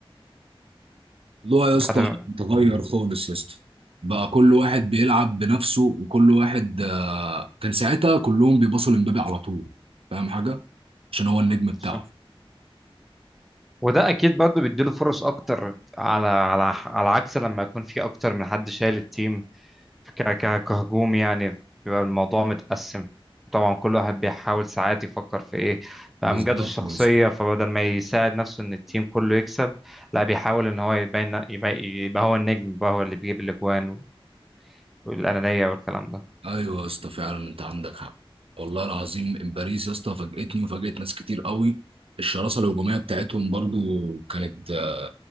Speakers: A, on the right; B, in the centre.
A: الموضوع يا
B: بعد
A: اسطى
B: ما-
A: اتغير خالص يا اسطى بقى كل واحد بيلعب بنفسه وكل واحد آه، كان ساعتها كلهم بيبصوا لمبابي على طول فاهم حاجه عشان هو النجم بتاعهم
B: صح. وده أكيد برضه بيديله فرص أكتر على على على عكس لما يكون في أكتر من حد شايل التيم ك ك- كهجوم يعني بيبقى الموضوع متقسم طبعا كل واحد بيحاول ساعات يفكر في ايه في
A: بالظبط
B: امجاده الشخصيه
A: يا اسطى
B: فبدل ما يساعد نفسه ان التيم كله يكسب لا بيحاول ان هو يبين يبقى, يبقى هو النجم يبقى هو اللي بيجيب الاجوان والانانيه والكلام ده
A: ايوه يا اسطى فعلا انت عندك حق والله العظيم إن باريس يا اسطى فاجئتني وفاجئت ناس كتير قوي الشراسه الهجوميه بتاعتهم برضو كانت آه،